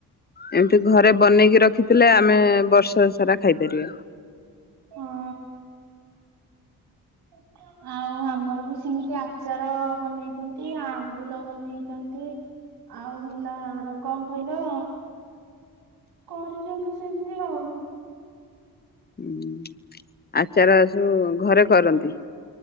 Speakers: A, on the left (about 25°); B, on the right (about 80°).
A: ଏମିତି ଘରେ ବନେଇକି ରଖିଥିଲେ ଆମେ ବର୍ଷ ସାରା ଖାଇପାରିବା
B: ହଁ। <inaudible> ଆଉ ଆମର ବି ସେମିତି ଆଚାର ବନେଇଚନ୍ତି ଆମ୍ବୁଲ ବନେଇଚନ୍ତି। ଆଉ ହେଲା କଣ୍ କହିଲ କରିଚନ୍ତି ସେମିତି ଆଉ।
A: ହୁଁ ଆଚାର ସବୁ ଘରେ କରନ୍ତି।